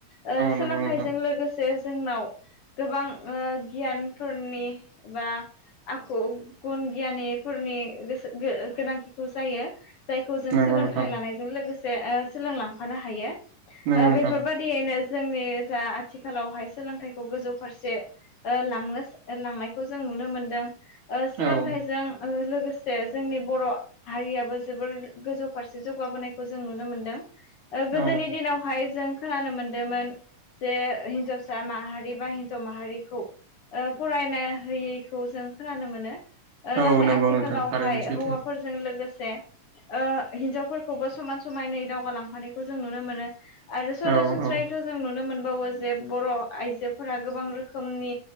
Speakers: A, on the left; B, on the right.
A: ओ सोलोंथाइजों
B: नंगौ नोंथां
A: लोगोसे जोंनाव गोबां ओ गियानफोरनि एबा आखु गुन गियानिफोरनि गोसो-गो-गोनांथिखौ जायो। जायखौ जों
B: नंगौ
A: सोलोंथाइ
B: नोंथां
A: लानायजों लोगोसे ओ सोलोंलां फानो हायो
B: नंगौ
A: ओ
B: नोंथां
A: बेफोरबायदियैनो जोंनि जा आथिखालावहाय सोलोंथाइखौ गोजौ फारसे ओ लांनो ओ लांनायखौ जों नुनो मोनदों। ओ सोलोंथाइजों
B: औ
A: ओ लोगोसे से जोंनि बर' हारियाबो जोबोर गोजौ फारसे जौगाबोनायखौ जों नुनो मोनदों। ओ गोदोनि
B: औ
A: दिनावहाय जों खोनानो मोनदोंमोन जे हिनजावसा माहारि बा हिनजाव माहारि खौ ओ फरायनो होयैखौ जों खोनानो मोनो। ओ नाथाय
B: औ नंगौ
A: आथिखालावहाय
B: नोंथां थारैनो सैथो
A: हौवाफोरजों लोगोसे से ओ हिनजावफोरखौबो समान समानै दावगालांफानायखौ जों नुनो मोनो। आरो सरासनस्रायैथ'
B: औ औ
A: जों नुनो मोनबावो जे बर' आइजोफोरा गोबां रोख खोमनि